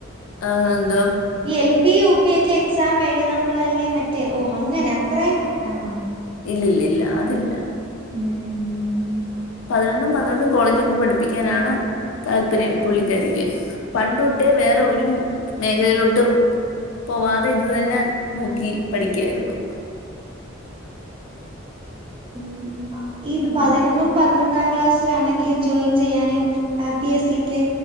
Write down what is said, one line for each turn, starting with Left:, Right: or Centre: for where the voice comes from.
Left: ഏ എന്തോ
Right: ഈ എൽ പി യു പി ഒക്കെ എക്സാം എഴുതുമ്പളല്ലേ മറ്റേ, ഓ! അങ്ങനെ അത്രയും ആ
Left: ഇല്ല ഇല്ല ഇല്ല അതില്ല.
Right: <unintelligible>
Left: പതിനൊന്നും പന്ത്രണ്ടും കോളേജൊക്കെ പഠിപ്പിക്കാനാണ് താല്പര്യം പുള്ളിക്കാരിക്ക്. പണ്ട് ഒട്ടേ വേറെ ഒരു മേഖലയിലോട്ടും പോവാതെ ഇത് തന്നെ നോക്കി പഠിക്ക്യായിരുന്നു.
Right: ഉം, ഈ
Left: അങ്ങനെ.
Right: പതിനൊന്നും പന്ത്രണ്ടാം ക്ലാസ് ത്തി ലാണെങ്കില് ജോയിൻ ചെയ്യാനും ആ പി എസ് സിക്ക്